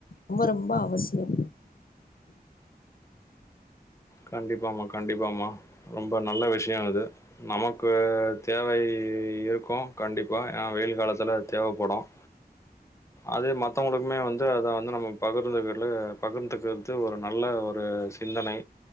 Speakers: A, on the left (about 60°); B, on the left (about 15°).
A: ரொம்ப ரொம்ப அவசியம்
B: கண்டிப்பா மா கண்டிப்பா மா ரொம்ப நல்ல விஷ்யோ அது நமக்கு தேவை இருக்கும் கண்டிப்பா அ வெயில் காலத்தில அது தேவப்படும் அதே மத்தவங்களுக்குமே வந் து அத வந்து நம்ம பகிர்ந்துகர்ல பகிர்ந்துக்குறது ஒரு நல்ல ஒரு சிந்தனை